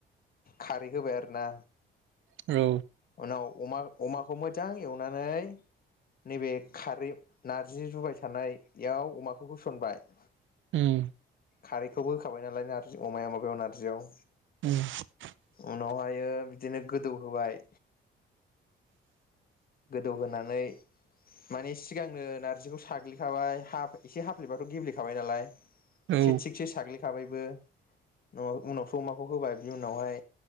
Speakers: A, on the left; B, on the right.
A: खारै होबाय आरोना।
B: औ
A: उनाव अमा अमाखौ मोजां एवनानै नैबे खारै नारजि रुबाय थानायाव अमाखौ होसनबाय।
B: उम।
A: खारैखौबो होखाबाय नालाय नारजि अमाया माबायाव नारजियाव।
B: <inaudible>
A: उनावहायो बिदिनो गोदौ होबाय। गोदौहोनानै माने सिगांनो नारजिखौ साग्लिखाबाय हाब एसे हाफ्लिबाथ' गेब्लेखाबाय नालाय।
B: औ
A: इसे थिकसे साग्लि खाबायबो उनाव उनावसो अमाखौ होबाय बिनि उनावहाय